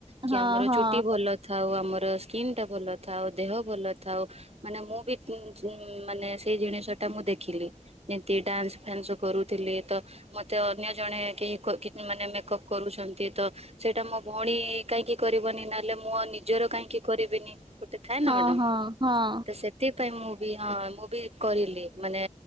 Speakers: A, on the right (about 60°); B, on the right (about 40°).
A: କି
B: ହଁ
A: ଆମର
B: ହଁ
A: ଚୁଟି ଭଲ ଥାଉ ଆମର ସ୍କିନ୍ ଟା ଭଲ ଥାଉ ଦେହ ଭଲ ଥାଉ। ମାନେ ମୁଁ ବି ତିନି ମାନେ ସେଇ ଜିନିଷ ଟା ମୁଁ ଦେଖିଲି ଯେମତି ଡ୍ୟାନ୍ସ ଫ୍ୟାନ୍ସ କରୁଥିଲେ ତ ମତେ ଅ ଅନ୍ୟ ଜଣେ କେହି କୋ କି ମାନେ ମେକଅପ୍ କରୁଛନ୍ତି ତ ସେଇଟା ମୋ ଭଉଣୀ କାହିଁକି କରିବନି ନା ଲେ ମୁଁ ନିଜର କାହିଁକି କରିବିନି ଗୋଟେ ଥାଏ ନା
B: ହଁ
A: ମ୍ୟାଡ଼ାମ
B: ହଁ ହଁ
A: ତ ସେ ସେଥିପାଇଁ ମୁଁ ବି ହଁ ମୁଁ ବି କରିଲି ମାନେ